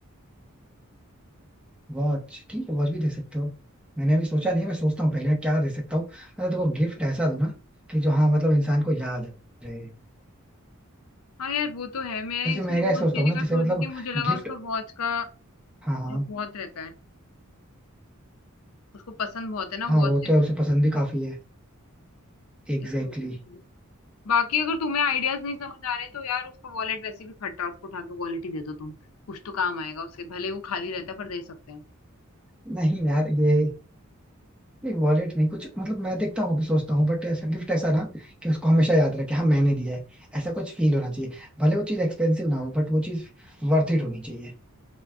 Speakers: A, in the centre; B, on the left.
A: वॉच ठीक है वॉच भी दे सकते हो मैंने अभी सोचा नहीं है मैं सोचता हूँ पहले मैं क्या दे सकता हूँ मतलब देखो गिफ्ट ऐसा दो ना कि जो हाँ मतलब इंसान को याद रहे
B: हाँ यार वो तो है मैं
A: वैसे
B: इसलिए
A: मैं क्या
B: वॉच
A: सोचता
B: देने
A: हूँ ना
B: का
A: जैसे
B: सोच
A: मतलब
B: रही थी मुझे लगा
A: गिफ्ट
B: उसका वॉच का
A: हाँ हाँ
B: बहुत रहता है उसको पसंद बहुत है ना
A: हाँ
B: वॉच
A: वो तो है उसे पसंद भी काफी है Exactly
B: इस वजह से बाकी अगर तुम्हें आइडियाज नहीं समझ आ रहे तो यार उसका वॉलेट वैसे भी फट रहा है उसको उठा के वॉलेट ही दे दो तुम कुछ तो काम आएगा उसके भले वो खाली रहता है पर दे सकते हैं
A: exactly. नहीं यार ये नहीं वॉलेट नहीं कुछ मतलब मैं देखता हूँ अभी सोचता हूँ बट ऐसा गिफ्ट ऐसा ना कि उसको हमेशा याद रहे कि हाँ मैंने दिया है ऐसा कुछ फील होना चाहिए भले वो चीज एक्सपेंसिव ना हो बट वो चीज वर्थ इट होनी चाहिए